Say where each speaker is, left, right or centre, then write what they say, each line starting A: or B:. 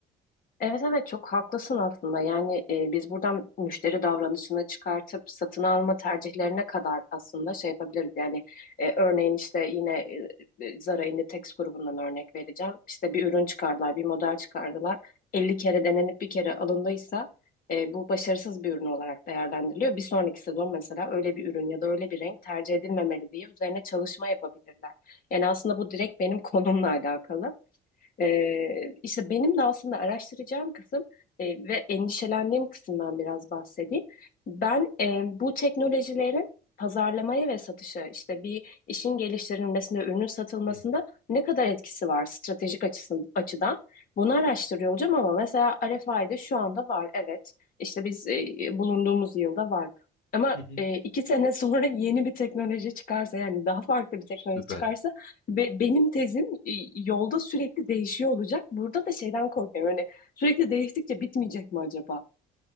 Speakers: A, on the left; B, on the left.
A: Evet evet çok haklısın aslında. Yani e, biz buradan müşteri davranışını çıkartıp satın alma tercihlerine kadar aslında şey yapabiliriz. Yani e, örneğin işte yine e, Zara Inditex grubundan örnek vereceğim. İşte bir ürün çıkardılar, bir model çıkardılar. 50 kere denenip bir kere alındıysa e, bu başarısız bir ürün olarak değerlendiriliyor. Bir sonraki sezon mesela öyle bir ürün ya da öyle bir renk tercih edilmemeli diye üzerine çalışma yapabilirler. Yani aslında bu direkt benim <laughs> konumla alakalı. Ee, işte benim de aslında araştıracağım kısım e, ve endişelendiğim kısımdan biraz bahsedeyim. Ben e, bu teknolojilerin pazarlamaya ve satışa, işte bir işin geliştirilmesinde, ürünün satılmasında
B: Hı hı.
A: ne kadar etkisi var stratejik açısın, açıdan? Bunu araştırıyor olacağım ama mesela RFI'de şu anda var, evet. İşte biz e, bulunduğumuz yılda var. Ama
B: Hı hı.
A: e, iki <laughs> sene sonra yeni bir teknoloji çıkarsa, yani daha farklı bir
B: Süper.
A: teknoloji çıkarsa Be- benim tezim e, yolda sürekli değişiyor olacak. Burada da şeyden korkuyorum. Hani sürekli değiştikçe bitmeyecek mi acaba?